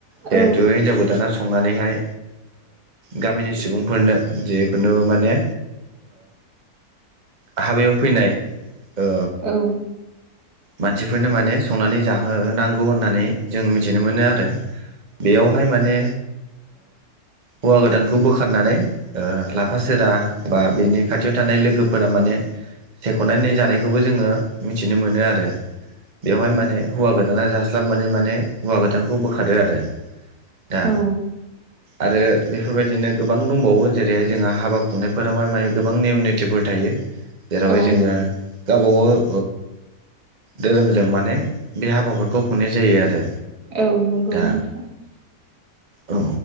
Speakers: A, on the right (about 30°); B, on the right (about 80°).
A: जिहेथु
B: औ
A: हिनजाव गोदाना संनानैहाय गामिनि सुबुंफोरनो जि खुनु माने हाबायाव फैनाय ओ
B: औ
A: मानसिफोरनो माने संनानै जाहोनांगौ होननानै जों मिथिनो मोनो आरो बेयावहाय माने हौवा गोदानखौ बोखारनानै ओ थासेरा बा बेनि खाथियाव थानाय लोगोफोरा माने सायख'नानै जानायखौबो जोङो मिथिनो मोनो आरो बेवहाय माने हौवा गोदाना जास्लाब मोनै हौवा गोदानखौ बोखारो आरो दा
B: औ
A: आरो बेफोरबायदिनो गोबां दंबावो जेरैहाय जोंहा हाबा खुंनायफोरावहाय माने गोबां नियम निथिफोर थायो जेरावहाय
B: औ
A: जोङो गावबा गाव धोरोमजों माने बे हाबाफोरखौ खुंनाय जायो आरो
B: औ नंगौ
A: दा
B: नोंथ'
A: औ